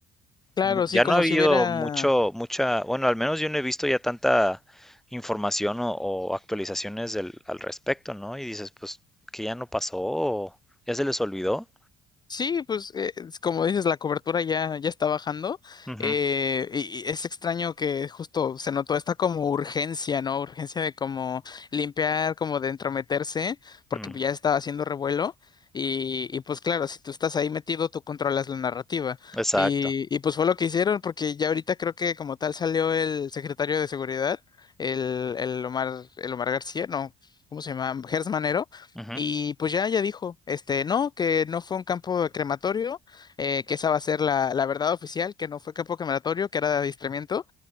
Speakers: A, on the left; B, in the centre.
A: claro,
B: no-
A: sí,
B: ya
A: como
B: no ha habido
A: si hubiera...
B: mucho, mucha, bueno, al menos yo no he visto ya tanta información o, o actualizaciones del- al respecto, ¿no? Y dices, pues, que ya no pasó, o ya se les olvidó.
A: Sí, pues eh, es como dices, la cobertura ya, ya está bajando
B: Ujú,
A: eh, y, y es extraño que justo se notó esta como urgencia, ¿no? Urgencia de como limpiar, como de entrometerse, porque
B: mm,
A: ya estaba haciendo revuelo y, y pues claro, si tú estás ahí metido, tú controlas la narrativa
B: exacto.
A: y, y pues fue lo que hicieron porque ya ahorita creo que como tal salió el secretario de Seguridad, el, el Omar, el Omar García, no, ¿cómo se llama? Gers Manero
B: ujú.
A: y pues ya, ya dijo, este, no, que no fue un campo de crematorio, eh, que esa va a ser la, la verdad oficial, que no fue campo crematorio, que era de adiestramiento.